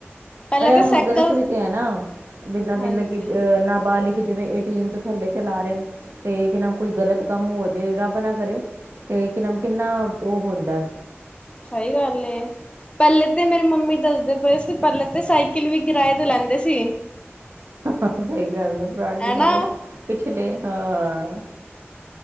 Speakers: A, on the left; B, on the right.
A: ਪਹਿਲਾਂ
B: ਪਰ ਇਹ
A: ਤਾਂ
B: ਹੁਣ
A: ਸਾਈਕਲ
B: ਗ਼ਲਤ ਵੀ ਤੇ ਹੈ ਨਾ ਬਿਨਾਂ ਮਤਲਬ
A: ਹਾਂਜੀ
B: ਕਿ ਅਹ ਨਾਬਾਲਿਗ ਜਿਵੇਂ। ਏਟੀਐਨ ਤੋਂ ਥੱਲੇ ਚਲਾ ਰਹੇ ਤੇ ਕਿ ਨਾ ਕੋਈ ਗਲਤ ਕੰਮ ਹੋ ਜੇ, ਰੱਬ ਨਾ ਕਰੇ। ਤੇ ਕਿ ਨਾਮ ਕਿੰਨਾ ਉਹ ਹੁੰਦਾ ਹੈ।
A: ਸਹੀ ਗੱਲ ਏ ਪਹਿਲੇ ਤੇ ਮੇਰੀ ਮੰਮੀ ਦੱਸਦੇ ਪਏ ਸੀ। ਪਹਿਲੇ ਤੇ ਸਾਈਕਲ ਵੀ ਕਿਰਾਏ ਤੇ ਲੈਂਦੇ ਸੀ।
B: ਸਹੀ ਗੱਲ ਹੈ! ਪੁਰਾਣੇ
A: ਹੈਨਾ
B: ਜ਼ਮਾਨੇ ਪਿਛਲੇ ਹਾਂ